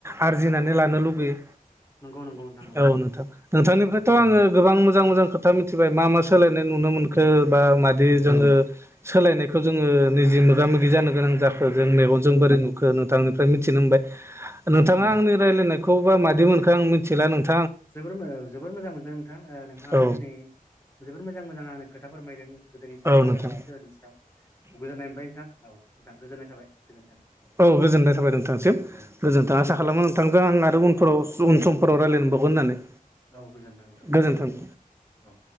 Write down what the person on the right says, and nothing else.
आरजिनानै लानो लुुबैयो।
औ नोंथां नोंथांनिफ्रायथ'
आङो गोबां मोजां मोजां खोथा मिथि- बाय मा मा सोलायनाय नुनो मोनखो बा मादि
जोङो सोलायनायखौ जोङो निजि मोगा-मोगि जानो गोनां जाखो जों मेगनजों
बोरै नुखो नोंथांनिफ्राय मिथिनो मोनबाय। नोंथाङा
आंनि रायजलायनायखौ बा मादि मोनखो? आं मिथिला नोंथां
औ
औ नोंथां
औ गोजोननाय थाबाय नोंथांसिम
गोजोनथों
आसा खालामो नोंथांखौ आं आरो उनफोराव उन सम सम फोराव रायलायबावगोन होननानै।
गोजोन्थों